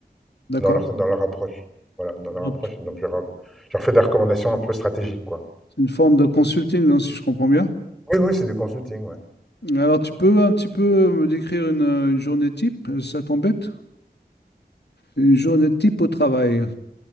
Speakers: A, on the left; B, in the centre.
A: D'accord.
B: dans leur, dans leur approche. Voilà, dans
A: Donc,
B: leur approche.
A: tu-
B: Donc je leur, je leur fais des recommandations un peu stratégiques, quoi.
A: c'est une forme de consulting, non, si je comprends bien.
B: Oui, oui, c'est du consulting, ouais.
A: Alors tu peux un petit peu me décrire une, une journée type, ça t'embête? Une journée type au travail.